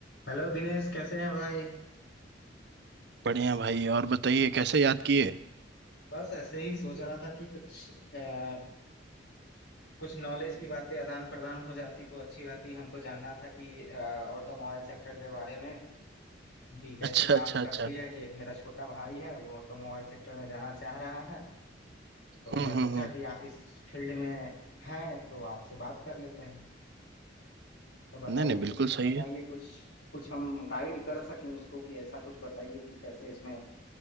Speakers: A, on the left; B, on the right.
A: Hello Dinesh कैसे हैं भाई
B: बढ़िया भाई और बताइए कैसे याद किए
A: बस ऐसे ही सोच रहा था कि कुछ आ, कुछ नॉलेज की बातें आदान प्रदान हो जाती तो अच्छी रहती हमको जानना था कि ऑटोमोबाइल सेक्टर के बारे में कि कैसे
B: अच्छा
A: काम
B: अच्छा
A: करती
B: अच्छा
A: है कि एक मेरा छोटा भाई है वो ऑटोमोबाइल सेक्टर में जाना चाह रहा है तो
B: हम्म
A: मैं सोचा
B: हम्म हम्म
A: कि आप इस फील्ड में हैं तो आपसे बात कर लेते हैं तो बताइए
B: नहीं नहीं बिल्कुल
A: कुछ
B: सही
A: बताइए
B: है
A: कुछ कुछ हम गाइड कर सकें उसको कि ऐसा कुछ बताइए कि कैसे इसमें